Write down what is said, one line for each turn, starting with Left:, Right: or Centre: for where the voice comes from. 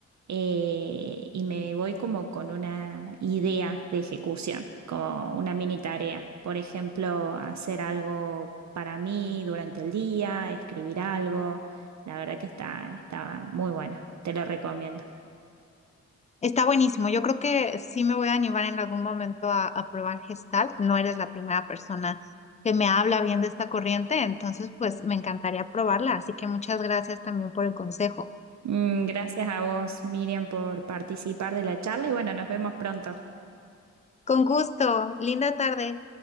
Right: eh, y me voy como con una idea de ejecución, como una mini tarea. Por ejemplo, hacer algo para mí durante el día, escribir algo. La verdad que está, está muy bueno, te lo recomiendo.
Left: Está buenísimo. Yo creo que sí me voy a animar en algún momento a, a probar Gestalt. No eres la primera persona que me habla bien de esta corriente, entonces pues me encantaría probarla. Así que muchas gracias también por el consejo.
Right: Mm, gracias a vos, Miriam, por participar de la charla y bueno, nos vemos pronto.
Left: Con gusto. Linda tarde.